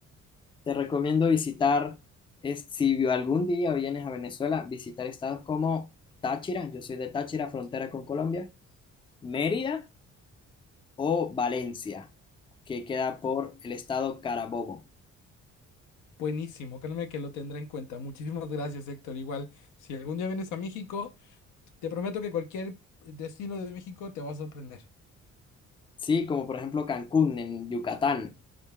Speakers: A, on the left; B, on the left.
A: Te recomiendo visitar, es, si algún día vienes a Venezuela, visitar estados como Táchira, yo soy de Táchira, frontera con Colombia, Mérida o Valencia, que queda por el estado Carabobo.
B: Buenísimo, créeme que lo tendré en cuenta. Muchísimas gracias, Héctor. Igual, si algún día vienes a México, te prometo que cualquier destino de México te va a sorprender.
A: Sí, como por ejemplo Cancún en Yucatán.